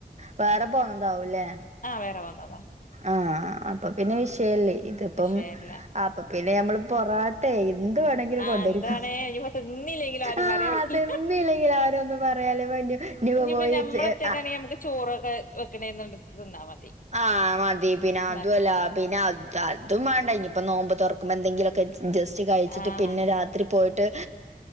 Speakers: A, on the right (about 45°); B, on the left (about 55°).
A: വേറെ പോന്നതാവൂല്ലേ
B: ആഹ് വേറെ പോന്നതാ
A: ആഹ് അപ്പ പിന്നെ വിഷയല്ലേ ഇതിപ്പം
B: വിഷയല്ല
A: അപ്പ പിന്നെ ഞമ്മള് പൊറാട്ടെ എന്ത് വേണേങ്കി രി
B: ആഹ്
A: കൊണ്ടേരും
B: എന്താണ് ഇനിയിപ്പോ തിന്നില്ലെങ്കിലും ആരും
A: ആഹ്
B: പറയാൻ പറ്റില്ല
A: തിന്നില്ലെങ്കിലരൊന്നു പറയാല്ല വല്യ <unintelligible>
B: ഇനിയിപ്പോ ഞമ്മളൊറ്റക്കാണെങ്കി
A: ത് അഹ്
B: നമുക്ക് ചോറൊക്കെ വെക്ക്ണെന്ന്ടത്ത് തിന്നാ മതി
A: ആ മതി പിന്ന അതുവല്ല
B: മതി
A: പിന്ന അ തതും വാണ്ട ഇനിയിപ്പോ നോമ്പ് തൊറക്കുമ്പോ എന്തെങ്കിലൊക്കെ ജ ജസ്റ്റ് കൈച്ചിട്ട്
B: ആഹ്
A: പിന്നെ രാത് ത്രി പോയിട്ട്